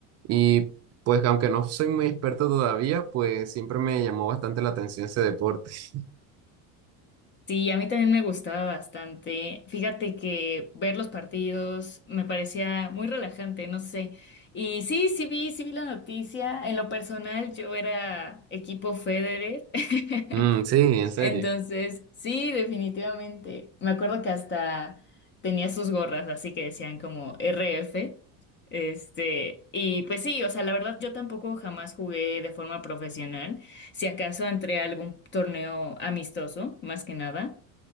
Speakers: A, on the right (about 40°); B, on the left (about 30°).
A: Y pues, aunque no soy muy experto todavía, pues siempre me llamó bastante la atención ese deporte. <laughs>
B: Sí, a mí también me gustaba bastante. Fíjate que ver los partidos me parecía muy relajante, no sé. Y sí, sí vi, sí vi la noticia. En lo personal, yo era equipo Federer. <laughs>
A: Mm, sí, en serio.
B: Entonces, sí, definitivamente. Me acuerdo que hasta tenía sus gorras, así que decían como RF. Este, y pues sí, o sea, la verdad yo tampoco jamás jugué de forma profesional. Si acaso entré a algún torneo amistoso, más que nada.